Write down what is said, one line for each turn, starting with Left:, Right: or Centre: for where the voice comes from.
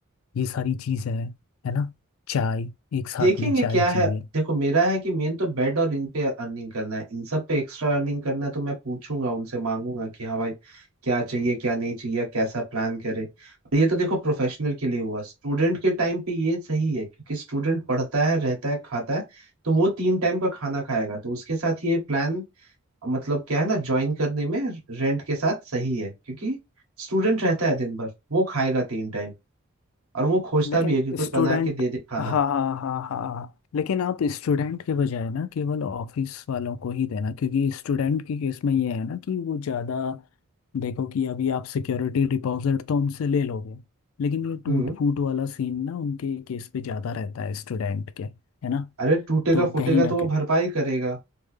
Left: ये सारी चीज़ें हैं है ना चाय एक साथ
Right: देखेंगे
Left: में चाय
Right: क्या
Left: चाहिए
Right: है देखो मेरा है कि मेन तो बेड और इन पे अर्निंग करना है इन सब पे एक्स्ट्रा अर्निंग करना है तो मैं पूछूंगा उनसे मांगूंगा कि हाँ भाई क्या चाहिए क्या नहीं चाहिए कैसा प्लान करे और ये तो देखो प्रोफेशनल के लिए हुआ स्टूडेंट के टाइम पे ये सही है क्योंकि स्टूडेंट पढ़ता है रहता है खाता है तो वो तीन टाइम का खाना खाएगा तो उसके साथ ये प्लान मतलब क्या है ना ज्वाइन करने में रेंट के साथ सही है क्योंकि स्टूडेंट रहता है दिन भर वो खाएगा तीन टाइम और वो खोजता
Left: लेकिन
Right: भी है कि कोई
Left: स्टूडेंट
Right: बना के दे दे खाना
Left: हाँ हाँ हाँ हाँ हाँ। लेकिन आप स्टूडेंट के बजाय ना केवल ऑफिस वालों को ही देना क्योंकि स्टूडेंट के केस में ये है ना कि वो ज़्यादा देखो कि अभी आप सिक्योरिटी डिपॉजिट तो उनसे ले लोगे लेकिन ये टूट
Right: हम्म
Left: फूट वाला सीन ना उनके केस पे ज़्यादा रहता है स्टूडेंट के है ना
Right: अरे टूटेगा
Left: तो
Right: फूटेगा
Left: कहीं ना
Right: तो वो
Left: कहीं
Right: भरपाई करेगा